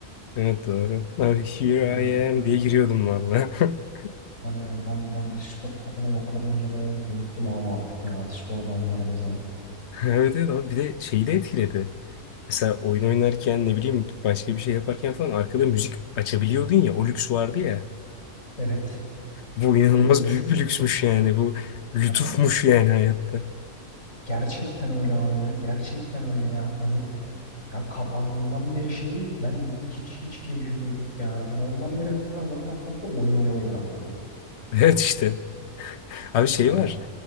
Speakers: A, on the left; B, on the left.
A: Evet doğru. Abi here
B: Yani
A: I am
B: hani,
A: diye giriyordum valla. <laughs>
B: hani ben, ben Discord kapanalı o kadar uzun zaman oldu ki unuttum abi artık ya Discord anılarımızı.
A: Evet evet abi bir de şeyi de etkiledi. Mesela oyun oynarken ne bileyim başka bir şey yaparken falan arkada müzik açabiliyordun ya o lüks vardı ya.
B: Evet.
A: Bu inanılmaz
B: Evet.
A: büyük bir lüksmüş yani bu lütufmuş
B: Hani
A: yani hayatta. <laughs>
B: gerçekten öyle abi ya. Gerçekten öyle ya. Hani ya kapandığından beri şey ben hiç hiç keyfim yok yani. Hani ondan beri ben zaten komple oyun oynamayı bıraktım bak.
A: Evet işte. Abi şey
B: Hani
A: var